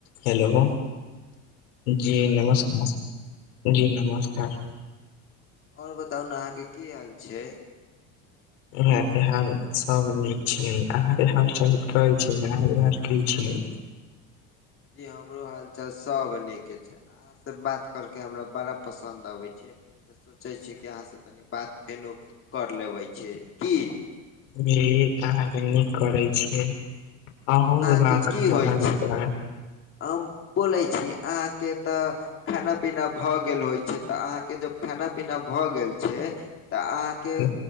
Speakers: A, on the left (about 80°); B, on the left (about 35°).
A: Hello. जी नमस नमस जी नमस्कार।
B: और बताउ ने अहाँ के की हाल छै।
A: इहा के हाल सब निक छियै अहाँ के हाल छै अह ह की छै <unintelligible>
B: जी हमरो हालचाल सब नीके छै। अहाँ से बात करके हमरा बड़ा पसन्द आबे छै। तऽ सोचै छी कि अहाँसँ तनि बात फेनू कर लेबै छीये की।
A: <unintelligible>
B: अहाँके की होइ छै हम बोलै छी अहाँके तऽ खाना पीना भऽ गेल होइ छै तऽ अहाँके जब खाना पीना भऽ गेल छै तऽ अहाँके
A: छै।